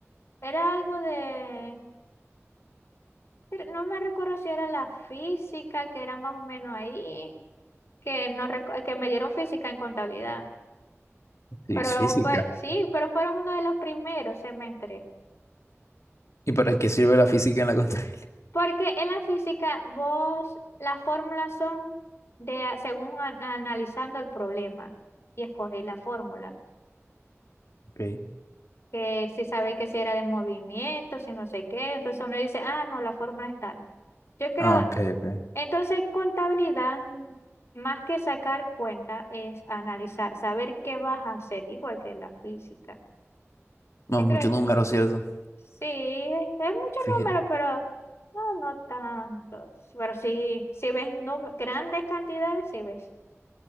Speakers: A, on the left; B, on the left.
A: era algo de, pero no me recuerdo si era la física, que era más o menos ahí, que, no, recu- que me dieron física en contabilidad,
B: Sí,
A: pero
B: es física.
A: fue, sí, pero fueron uno de los primeros semestres,
B: ¿Y para qué sirve la física en la contabilidad? <laughs>
A: porque en la física vos, las fórmulas son de, a- según an- analizando el problema, y escogí la fórmula.
B: Ok.
A: que si sabe que si era de movimiento, si no sé qué, entonces uno dice, ah, no, la fórmula es tal. Yo creo,
B: Ah, ok, ok.
A: entonces contabilidad, mm, más que sacar cuenta, es analizar, saber qué vas a hacer, igual que la física.
B: No,
A: Yo
B: muchos
A: creo,
B: números, ¿cierto?
A: sí, es mucho
B: Fíjate,
A: número, pero no, no tanto. Pero sí, si ves num- grandes cantidades, sí ves.